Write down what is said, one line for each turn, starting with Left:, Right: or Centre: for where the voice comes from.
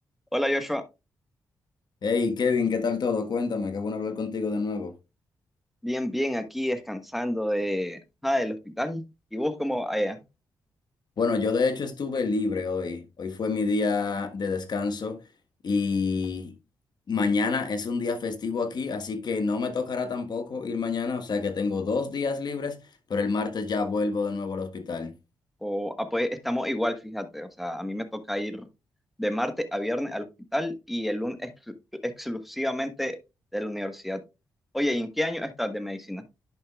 Centre: Hola Joshua,
Left: Hey Kevin, ¿qué tal todo? Cuéntame, qué bueno hablar contigo de nuevo.
Centre: bien, bien, aquí descansando de, ah, del hospital. ¿Y vos cómo allá?
Left: Bueno, yo de hecho estuve libre hoy. Hoy fue mi día de descanso y mañana es un día festivo aquí, así que no me tocará tampoco ir mañana, o sea que tengo dos días libres, pero el martes ya vuelvo de nuevo al hospital.
Centre: O, ah, pues estamos igual, fíjate, o sea, a mí me toca ir de martes a viernes al hospital y el lunes exclu- exclusivamente de la universidad. Oye, ¿y en qué año estás de medicina?